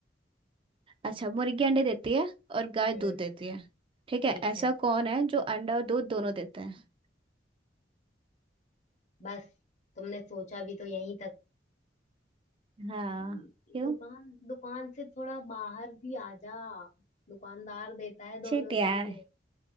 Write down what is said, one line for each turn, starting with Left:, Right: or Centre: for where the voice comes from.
Right: अच्छा मुर्गी अंडे देती है और गाय
Left: हम्म,
Right: दूध देती है ठीक है
Left: ठीक
Right: ऐसा
Left: है
Right: कौन है जो अंडा और दूध दोनों देता है
Left: बस तुमने सोचा भी तो यहीं तक
Right: हाँ
Left: भाई
Right: क्यों
Left: दुकान दुकान से थोड़ा बाहर भी आ जा दुकानदार देता है
Right: छिट
Left: दोनों
Right: यार
Left: चीजें